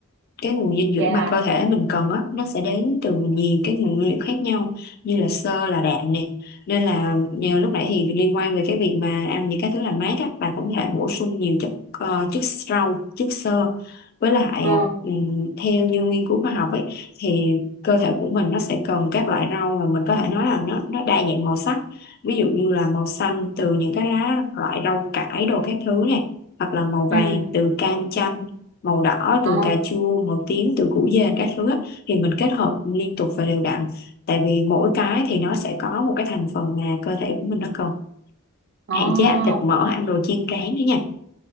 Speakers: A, on the left; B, on the right.
A: cái nguồn dinh dưỡng
B: vậy hả
A: mà cơ thể mình cần á nó sẽ đến từ nhiều cái nguồn nguyên liệu khác nhau như là xơ là đạm nè nên là nhờ lúc nãy thì liên quan về cái việc mà ăn những cái thứ làm mát á bạn cũng có thể bổ sung nhiều chất ờ, chất rau chất xơ với lại
B: ờ
A: ờ, ừm, theo như nghiên cứu khoa học ấy thì cơ thể của mình nó sẽ cần các loại rau mà mình có thể nói là nó nó đa dạng màu sắc ví dụ như là màu xanh từ những cái lá loại rau cải đồ các thứ nè hoặc là màu vàng
B: ừ
A: từ cam chanh màu đỏ
B: ờ
A: từ cà chua màu tím từ củ dền các thứ á, thì mình kết hợp liên tục và đều đặn tại vì mỗi cái thì nó sẽ có một cái thành phần mà cơ thể của mình nó cần
B: ờ
A: hạn chế ăn thịt mỡ ăn đồ chiên rán nữa nha